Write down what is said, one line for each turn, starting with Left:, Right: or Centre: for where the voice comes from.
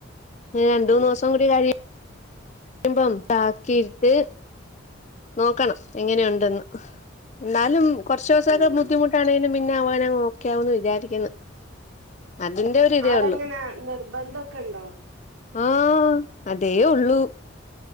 Left: രണ്ട്
Right: ഓ
Left: മൂന്ന് ദിവസം കൂടി കാഴി മ്പം താക്കീട്ട് നോക്കണം എങ്ങനെയുണ്ടെന്ന് എന്നാലും കുറച്ച് ദിവസായിട്ട്
Right: ഉം
Left: ബദ്ധിമുട്ടാണേങ്കിലും പിന്നെവാനെ നോക്ക ക്കാമേന്ന് വിചാരിക്കുന്നു അതിന്റെ ഒരു ഇതേ
Right: ആളെങ്ങനെ
Left: ഉള്ളു
Right: നിർബന്ധംക്കെണ്ടോ
Left: ആ അതേ ഉള്ളൂ